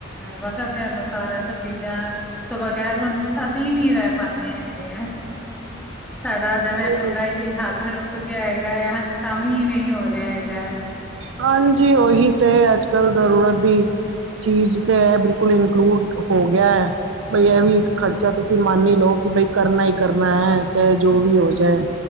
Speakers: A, in the centre; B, on the right.
A: ਵਕਤ ਦੇ ਅਨੁਸਾਰ ਐਸਾ ਚੀਜ਼ਾਂ ਤੋਂ ਬਗੈਰ ਹੁਣ ਅਸੀਂ ਨਹੀਂ ਰਹਿ ਪਾਉਦੇ ਹੈਗੇ ਆ ਸਾਡਾ ਜਿਵੇਂ
B: ਉਹੀ
A: ਹੁੰਦਾ ਹੈ, ਕਿ ਹੱਥ ਰੁਕ ਗਿਆ ਹੈਗਾ, ਆ ਕੰਮ ਹੀ ਨਹੀਂ ਹੋ ਰਿਹਾ ਹੈਗਾ ਹੈ।
B: ਹਾਂਜੀ ਉਹੀ ਤੇ ਅੱਜ-ਕੱਲ ਜ਼ਰੂਰਤ ਦੀ, ਚੀਜ਼ ਤੇ ਇਹ ਬਿਲਕੁਲ, ਇਨਕਲੂਡ ਹੋ ਗਿਆ ਹੈ। ਬਈ ਇਹ ਵੀ ਇੱਕ ਖਰਚਾ ਤੁਸੀਂ ਮੰਨੀ ਹੀ ਲਓ, ਕਿ ਬਈ ਕਰਨਾ ਹੀ ਕਰਨਾ ਹੈ, ਚਾਹੇ ਜੋ ਵੀ ਹੋ ਜਾਏ।